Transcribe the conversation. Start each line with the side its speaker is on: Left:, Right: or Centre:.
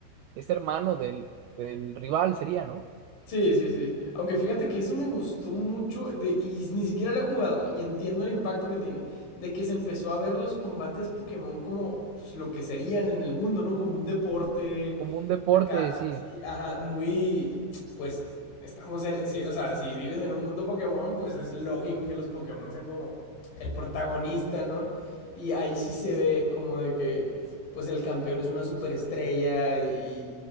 Right: es hermano del, del rival, sería, ¿no?
Left: Sí, sí, sí. Aunque fíjate que eso me gustó mucho de- y ni siquiera lo he jugado y entiendo el impacto que tiene, de que se empezó a ver los combates Pokémon como pues, lo que serían en el mundo, ¿no? Como un deporte
Right: Como un deporte,
Left: acá,
Right: sí.
Left: sí, ajá, muy, pues estamos en, sí, o sea, si vives en un mundo Pokémon, pues es lógico que los Pokémon sean como el protagonista, ¿no? Y ahí sí se ve como de que, pues el campeón es una superestrella y,